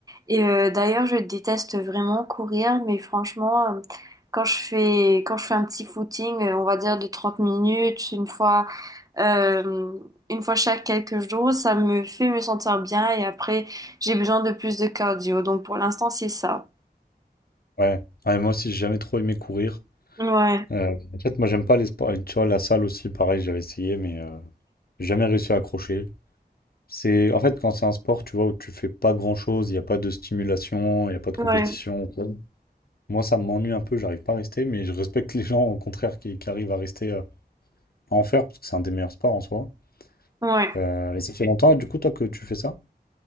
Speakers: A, on the right (about 20°); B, on the left (about 60°).
A: Et euh, d'ailleurs, je déteste vraiment courir, mais franchement, euh, quand je fais, quand je fais un petit footing, euh, on va dire de 30 minutes, une fois, euh, une fois chaque quelques jours, ça me fait me sentir bien. Et après, j'ai besoin de plus de cardio. Donc, pour l'instant, c'est ça.
B: Ouais. Ouais, moi aussi, j'ai jamais trop aimé courir.
A: Ouais,
B: Euh, en fait, moi, j'aime pas les sports. Et Tu vois, la salle aussi, pareil, j'avais essayé, mais euh, j'ai jamais réussi à accrocher. C'est en fait quand c'est un sport, tu vois, où tu fais pas grand-chose, il n'y a pas de stimulation, il n'y a pas de compétition.
A: ouais,
B: Ouais. Moi, ça m'ennuie un peu, j'arrive pas à rester, mais je respecte les gens, au contraire, qui, qui arrivent à rester euh, à en faire, parce que c'est un des meilleurs sports en soi.
A: ouais.
B: Euh, et ça fait longtemps, du coup, toi, que tu fais ça?